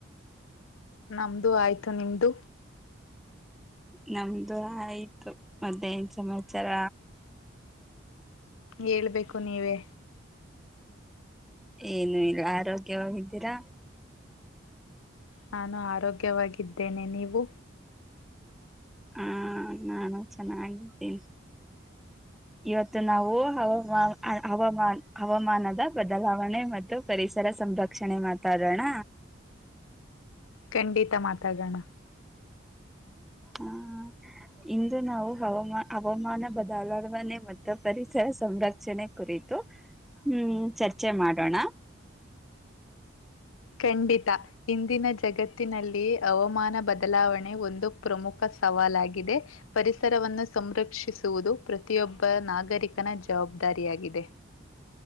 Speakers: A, on the left (about 90°); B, in the centre.
A: ನಮ್ದು ಆಯ್ತು ನಿಮ್ದು
B: ನಮ್ದು ಆಯ್ತು ಮಾತೆ ಏನೂ ಸಮಾಚಾರ
A: ಹೇಳ್ಬೇಕು ನೀವೇ
B: ಏನು ಇಲ್ಲ ಆರೋಗ್ಯವಾಗಿದ್ದೀರಾ
A: ನಾನು ಆರೋಗ್ಯವಾಗಿದ್ದೇನೆ ನೀವು
B: ಹಾ ನಾನು ಚೆನ್ನಾಗಿದ್ದೇನೆ ಇವತ್ತು ನಾವು ಹವಾಮ ಹವಾಮಾ ಹವಾಮಾನದ ಬದಲಾವಣೆ ಮತ್ತು ಪರಿಸರ ಸಂರಕ್ಷಣೆ ಮಾತಾಡೋಣ
A: ಖಂಡಿತ ಮಾತಾಗೋಣ
B: ಹ ಇಂದು ನಾವು ಹವಾಮ ಹವಾಮಾನ ಬದಲಾವಣೆ ಮತ್ತು ಪರಿಸರ ಸಂರಕ್ಷಣೆ ಕು ಹ್ಮ ಚರ್ಚೆ ಮಾಡೋಣ
A: ಖಂಡಿತ ಇಂದಿನ ಜಗತ್ತಿನಲ್ಲಿ ಹವಾಮಾನ ಬದಲಾವಣೆ ಒಂದು ಪ್ರಮುಖ ಸವಾಲಾಗಿದೆ ಪರಿಸರವನ್ನು ಸಂರಕ್ಷಿಸುವುದು ಪ್ರತಿಯೊಬ್ಬ ನಾಗರಿಕನ ಜವಾಬ್ದಾರಿ ದಾರಿಯಾಗಿದೆ